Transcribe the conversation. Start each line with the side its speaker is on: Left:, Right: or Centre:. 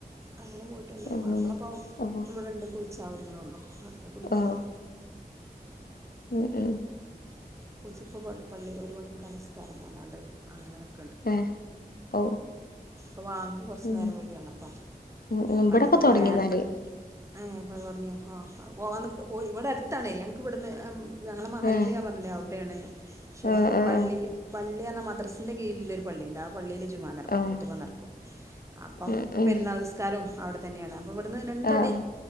Right: അങ്ങനെ പോയിട്ടുണ്ട്
Left: അങ്ങനെ
Right: മാപ്പിള പോം
Left: അപ്പൊ
Right: ഇവിടെണ്ട് കുളിച്ചാ ഒരുങ്ങുനൊള്ളു <inaudible>
Left: ആഹ് ഉം ഉ
Right: കുളിച്ചിപ്പോൾ പള്ളി ഒരു മണിക്കാ നിസ്കാരം ന്നാണ്ട് അങ്ങനെക്ക
Left: ഏഹ് ഓ
Right: അ വാങ്ക് കൊർച്ച
Left: ഉം
Right: നേരം വൈകിയാണല്ലോപ്പം
Left: ഉം ഉം ഇബടൊക്കെ
Right: മറ്റതൊക്കെ
Left: തൊടങ്ങിന്നാല്
Right: നേരത്തെ അ ആ പോവാ ഇവിടെ അടുത്താണേ ഞങ്ങക്ക് ഇവിടുന്ന് ഞങ്ങളെ മഹല്ല്
Left: ഏഹ്
Right: പറഞ്ഞില്ലേ അവിടെണ്
Left: ആഹ് ആഹ്
Right: പള്ളി പള്ളി മദ്രസിന്റെ കീഴിലൊരു പള്ളിയുണ്ട് ആ പള്ളീല് ജുമാ
Left: ആഹ്
Right: കുത്തുബ നടക്കും അപ്പം
Left: ആഹ് ഉം ഉം
Right: പെരുന്നാൾ നിസ്കാരും അവിടെ തന്നെയാണ് ഇവ്ടുന്ന് രണ്ടടി
Left: ആഹ് ആഹ്